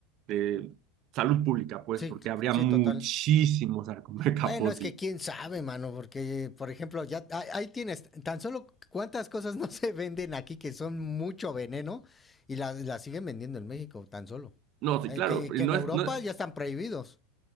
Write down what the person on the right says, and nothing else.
de salud pública, pues,
porque
habría
muchísimos
sarcomecaposis.
No, sí,
claro,
no
es, no,